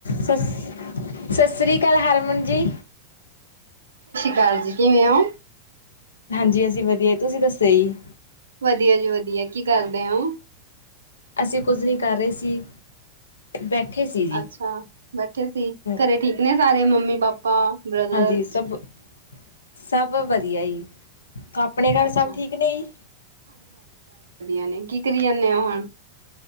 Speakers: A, on the left; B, on the right.
A: ਸਤਿ ਸ੍ਰੀ ਅਕਾਲ ਹਰਮਨ ਜੀ
B: ਸਤਿ ਸ਼੍ਰੀ ਅਕਾਲ ਜੀ ਕਿਵੇਂ ਹੋ
A: ਹਾਂਜੀ ਅਸੀਂ ਵਧੀਆ ਤੁਸੀਂ ਦੱਸੋ ਜੀ
B: ਵਧੀਆ ਜੀ ਵਧੀਆ ਕੀ ਕਰਦੇ ਹੋ
A: ਅਸੀਂ ਕੁੱਝ ਨਹੀਂ ਕਰ ਰਹੇ ਸੀ ਬੈਠੇ ਸੀ ਜੀ।
B: ਅੱਛਾ ਬੈਠੇ ਸੀ
A: ਹੂੰ
B: ਘਰੇ ਠੀਕ ਨੇ ਸਾਰੇ ਮੰਮੀ ਪਾਪਾ ਬ੍ਰਦਰ
A: ਹਾਂਜੀ ਸਭ ਸਭ ਵਧੀਆ ਜੀ ਆਪਣੇ ਘਰ
B: ਅੱਛਾ
A: ਸਭ ਠੀਕ ਨੇ ਜੀ
B: ਆਂ ਨੇ ਕਿ ਕਰੀ ਜਾਣੇ ਓ ਹੁਣ